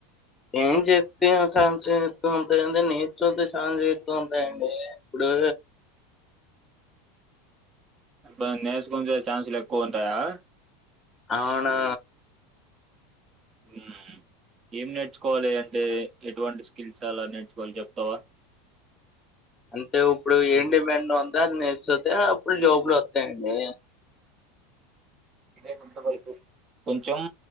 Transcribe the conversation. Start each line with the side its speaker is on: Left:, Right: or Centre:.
Left: ఏం చెప్తే ఛాన్స్ యిస్తూ ఉంటాయండి నేన్ <unintelligible> ఛాన్స్ యిస్తూ ఉంటాయండి ఇప్పుడు
Right: బ్ నేర్చుకుంచే ఛాన్సులు ఎక్కువ ఉంటాయా
Left: అవును
Right: ఉమ్ ఏం నేర్చుకోవాలి అంటే ఎటువంటి స్కిల్స్ అలా నేర్చుకోవాలి చెప్తావా
Left: అంటే ఇప్పుడు ఏం డిమాండ్ ఉందో అది నేర్స్తతే అప్పుడు జాబులు వత్తయండి
Right: ఇదే! !!!!!!!! కొంచం